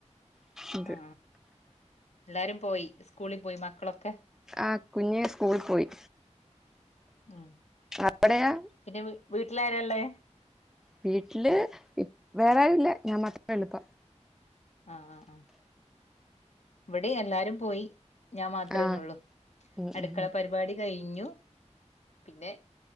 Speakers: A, in the centre; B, on the left.
A: ഉണ്ട്
B: ആ എല്ലാരും പോയി സ്കൂള് പോയി മക്കളൊക്കെ
A: ആ കുഞ്ഞ് സ്കൂളിൽ പോയി
B: ഉം
A: അവിടെയാ
B: പിന്നെ വീ വീട്ടിലാ എളെ
A: വീട്ടില് ഇ വേറെ ആരൂല്ല ഞാൻ മാത്രേ ഒള്ളുപ്പം
B: ആ ആ ആ ഇവ്ടേ എല്ലാരും പോയി ഞാൻ മാത്രന്നേ
A: ആഹ്
B: ഒള്ളൂ
A: ഉം
B: അടുക്കള
A: ഉം
B: പരിപാടി കഴി ഞ്ഞു പിന്നെ